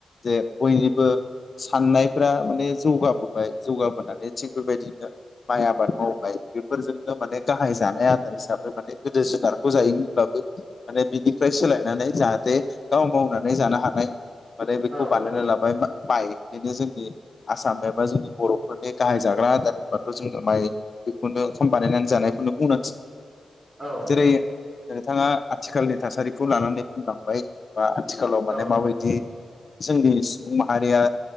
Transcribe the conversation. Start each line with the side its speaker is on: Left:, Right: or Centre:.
Left: जे बयनि बो साननायफ्रा माने जौगाबोबाय जौगाबोनानै थिग बेबायदिनो माय आबाद मावबाय बेफोरजोंनो माने गाहाय जानाय आदार हिसाबै माने गोदो जुनारखौ जायोमोन ब्लाबो माने बिनिफ्राय सोलायनानै जाहाथे गाव मावनानै जानो हानाय माने बेखौ
Right: औ
Left: बानायना लाबाय बा बाय बेनो जोंनि आसाम एबा जोंनि बर'फोरनि गाहाय जाग्रा आदार होनबाथ' जोङो माइ मोनो खाम बानायनानै जानायखौनो बुंनांसिगोन
Right: औ
Left: जेरै नोंथाङा आथिखालनि थासारिखौ लानानै बुंलांबाय बा आथिखालाव माने
Right: औ
Left: माबायदि जे जोंनि सुबुं माहारिया